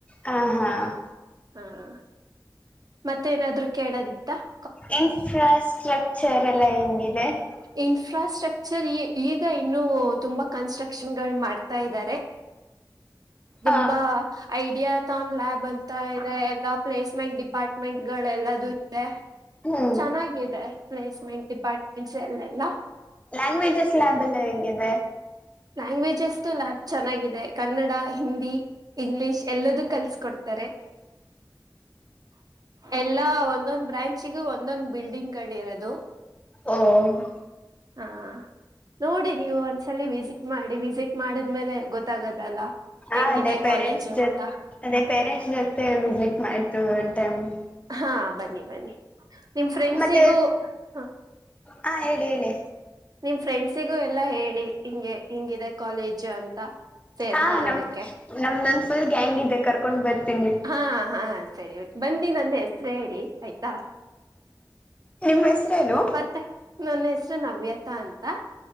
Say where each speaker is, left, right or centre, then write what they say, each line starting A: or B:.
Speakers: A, on the left; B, on the right.
A: ಹ ಹಾ <inaudible>
B: ಹ <inaudible> ಮತ್ತೆ ಏನಾದ್ರು ಕೇಳದಿತ್ತ? <inaudible>
A: ಇನ್ಫ್ರಾಸ್ಟ್ರಕ್ಚರ್ ಎಲ್ಲ ಹೆೇಂಗಿದೆ? <inaudible>
B: ಇನ್ಫ್ರಾಸ್ಟ್ರಕ್ಚರ್ ಈ ಈಗ ಇನ್ನು ತುಂಬಾ ಕನ್ಸ್ಟ್ರಕ್ಷನ್ ಗಳ ಮಾಡ್ತಾ ಇದ್ದಾರೆ. <inaudible> ತುಂಬಾ
A: ಹಾ
B: ಐಡಿಯಾ ತನ್ ಲ್ಯಾಬ್ ಅಂತ ಇದೆ ಎಲ್ಲಾ ಪ್ಲೇಸ್ಮೆಂಟ್ <inaudible> ಡಿಪಾರ್ಟ್ಮೆಂಟ್ ಗಳೆಲ್ಲ ಇದೆ
A: ಹ್ಮ್
B: ಚೆನ್ನಾಗಿದೆ ಪ್ಲೇಸ್ಮೆಂಟ್ ಡಿಪಾರ್ಟ್ಮೆ <inaudible> ಇನ್ ಸೇಲ್ ಎಲ್ಲಾ? <inaudible>
A: ಲ್ಯಾಂಗ್ವೇಜಸ್ ಲ್ಯಾಬ್ ಎಲ್ಲಾ ಹೆಂಗಿದೇ. <inaudible>
B: ಲ್ಯಾಂಗ್ವೇಜಸ್ ತು ಲ್ಯಾಬ್ ಚೆನ್ನಾಗಿದೆ ಕನ್ನಡ ಹಿಂದಿ ಇಂಗ್ಲಿೀಷ್ ಎಲ್ಲದು ಕಲಸ ಕೊಡ್ತಾರೆ. <inaudible> ಎಲ್ಲ ಒಂದೊಂದ್ ಬ್ರಾಂಚಗು ಒಂದೊಂದ ಬಿಲ್ಡಿಂಗ್ ಗಳ ಇರೋದು. <inaudible>
A: ಓ <inaudible>
B: ಹಾ <inaudible> ನೋಡಿ ನೀವು ಒಂದ ಸಲಿ ವಿಸಿಟ್ ಮಾಡಿ ವಿಸಿಟ್ ಮಾಡಿದ್ಮೇಲೆ ಗೊತ್ತಾಗದ ಅಲ್ಲಾ? <inaudible>
A: ಹಾ
B: ಹೆಂಗಿದೆ
A: ಅದೇ ಪೇರೆಂಟ್ಸ್
B: ಕಾಲೇಜು
A: ಜೊತೆ
B: ಅಂತ? <inaudible>
A: ಅದೇ ಪೇರೆಂಟ್ಸ್ ಜೊತೆ ವಿಸಿಟ್ ಮಾಡ್ತು ಒನ್ ಟೈಮ್ <inaudible>
B: ಹಾ ಬನ್ನಿ ಬನ್ನಿ. <inaudible> ನಿಮ್ ಫ್ರೆಂಡ್ಸಿಗೂ
A: ಮತ್ತೆ
B: ಹ
A: ಹಾ ಹೇಳಿ ಹೇಳಿ. <inaudible>
B: ನಿಮ್ಮ ಫ್ರೆಂಡ್ಸಿಗೂ ಎಲ್ಲಾ ಹೇಳಿ ಹಿಂಗೆ ಹಿಂಗಿದೆ ಕಾಲೇಜು ಅಂತ. <inaudible> ಸೇರ್ಕೊನೋದಿಕ್ಕೆ
A: ಹಾ ನಮ್ ನಮ್ದೊಂದ್ ಫುಲ್ ಗ್ಯಾಂಗ್ ಇದೆ ಕರ್ಕೊಂಡ್ ಬರ್ತೀನಿ
B: ಹಾ ಹಾ ಸರಿ <inaudible> ಬಂದಿ ನನ್ನ ಹೆಸರ ಹೇಳಿ ಆಯ್ತಾ? <inaudible>
A: ನಿಮ್ಮ ಹೆಸರ ಏನು? <inaudible>
B: ಮತ್ತೆ ನನ್ನ ಹೆಸರು ನವ್ಯತಾ ಅಂತ.